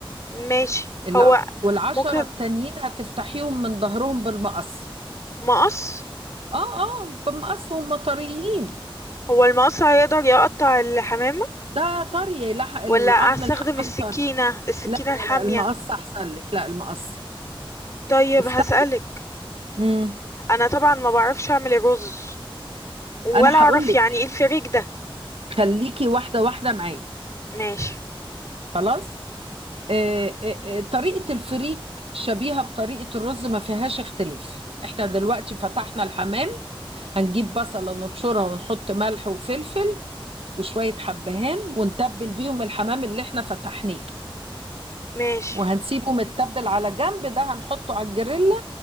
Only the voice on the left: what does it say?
ماشي
هو
ممكن
مقص
هو المقص هيقدر يقطع الحمامة
ولا استخدم
السكينة
السكينة
الحامية
طيب
هسألك
انا طبعا ما بعرفش اعمل الرز ولا
اعرف
يعني ايه الفريك ده
ماشي
ماشي